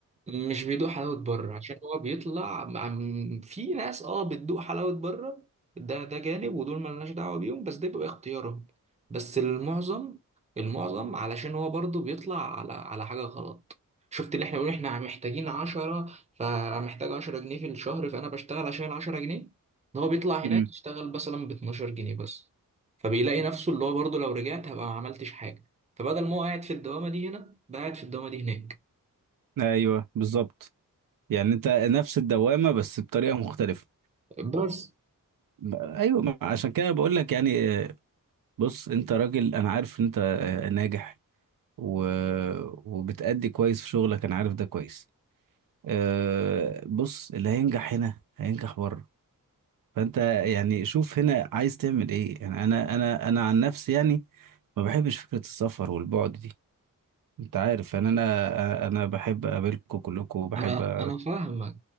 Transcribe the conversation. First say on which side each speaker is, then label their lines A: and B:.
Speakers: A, on the right; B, on the right.
A: مش بيدوق حلاوة بره عشان هو بيطلع عم- في ناس اه بتدوق حلاوة بره ده ده جانب ودول ملناش دعوة بيهم بس ده بيبقى اختيارهم بس المعظم المعظم علشان هو برضو بيطلع على على حاجة غلط شفت اللي احنا بنقول احنا محتاجين عشرة فمحتاج عشرة جنيه في الشهر فأنا بشتغل عشان عشرة جنيه إن هو بيطلع هناك
B: أمم.
A: يشتغل مثلا باتناشر جنيه بس فبيلاقي نفسه اللي هو برضو لو رجعت هبقى ما عملتش حاجة فبدل ما هو قاعد في الدوامة دي هنا بقى قاعد في الدوامة دي هناك
B: ايوه بالظبط يعني انت نفس الدوامة بس بطريقة مختلفة
A: بس
B: ايوه ما- عشان كده بقول لك يعني آه، بص انت راجل انا عارف انت آه، ناجح و... وبتأدي كويس في شغلك انا عارف ده كويس آه، بص اللي هينجح هنا هينجح بره فانت يعني شوف هنا عايز تعمل ايه يعني انا انا انا عن نفسي يعني ما بحبش فكرة السفر والبعد دي انت عارف يعني انا انا بحب اقابلكم كلكم وبحب
A: انا انا
B: أ-
A: فاهمك